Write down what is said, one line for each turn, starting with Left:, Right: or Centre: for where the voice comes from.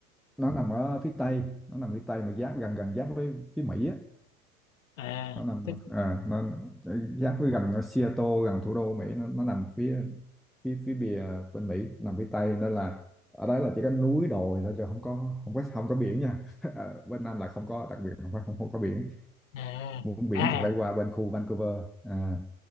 Centre: nó nằm ở phía tây nó nằm phía tây mà giáp gần gần giáp với phía Mỹ á
Left: à
Centre: nó nằm
Left: tức
Centre: à, nó giáp với gần ở Seattle gần thủ đô Mỹ nó, nó nằm phía phía phía bìa bên Mỹ nằm phía Tây nên là ở đấy là chỉ có núi đồi thôi chứ không có không có không có biển nha <laughs> à, bên Nam là không có đặc biệt là không có, không, không có biển
Left: à
Centre: muốn biển
Left: à
Centre: thì phải qua bên khu Vancouver à,